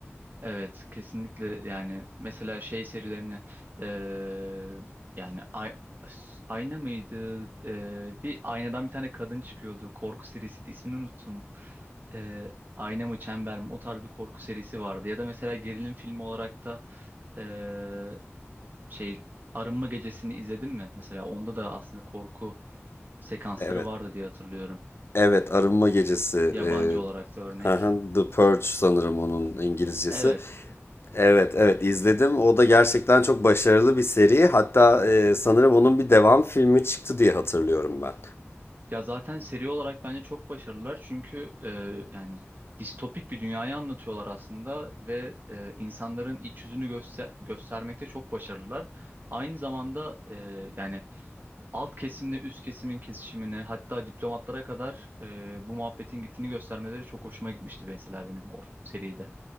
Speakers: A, on the right; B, on the left.
A: Evet kesinlikle yani mesela şey serilerini eee, yani ay- s- ayna mıydı Eee, bir aynadan bir tane kadın çıkıyordu korku serisiydi ismini unuttum Eee, ayna mı çember mi o tarz bir korku serisi vardı ya da mesela gerilim filmi olarak da eee, şey Arınma Gecesi'ni izledin mi mesela onda da aslında korku sekansları
B: Evet.
A: vardı diye hatırlıyorum
B: Evet, Arınma Gecesi.
A: yabancı
B: E,
A: olarak da örnek
B: hı hı, The Purge sanırım onun İngilizcesi.
A: evet
B: Evet, evet izledim. O da gerçekten çok başarılı bir seri. Hatta e, sanırım onun bir devam filmi çıktı diye hatırlıyorum ben.
A: Ya zaten seri olarak bence çok başarılılar çünkü e, yani distopik bir dünyayı anlatıyorlar aslında ve e, insanların iç yüzünü göster göstermekte çok başarılılar. Aynı zamanda e, yani alt kesimle üst kesimin kesişimini hatta diplomatlara kadar e, bu muhabbetin gittiğini göstermeleri çok hoşuma gitmişti mesela benim o seride.